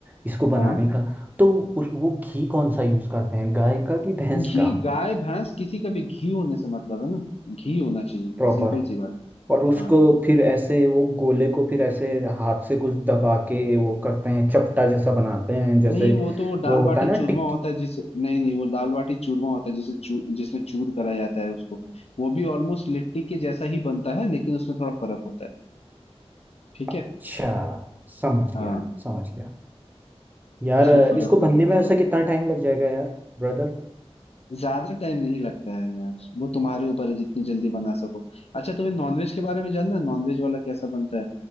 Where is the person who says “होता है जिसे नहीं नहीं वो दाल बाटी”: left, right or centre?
Left